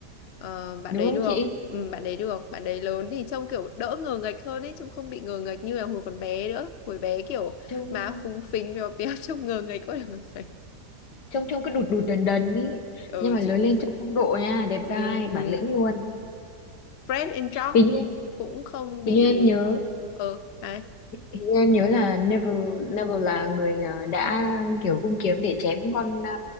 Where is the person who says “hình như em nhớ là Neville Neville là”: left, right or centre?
Left